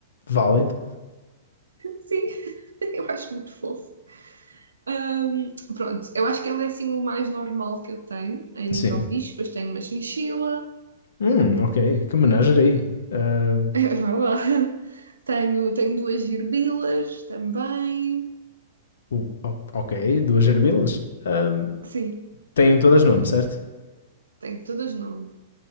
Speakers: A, on the left (about 75°); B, on the right (about 90°).
A: válido.
B: Sim, <laughs> eu acho muito fofo. Ahm, pronto, eu acho que ele é assim o mais normal que eu tenho em
A: Sim.
B: nível de bichos, depois tenho uma chinchila,
A: Hum, ok. Que menagerie. Ah,
B: <laughs> é verdade. Tenho, tenho duas gerbilas também.
A: o- o- ok, duas gerbilas. Ah,
B: Sim,
A: têm todas nome, certo?
B: tenho todas não.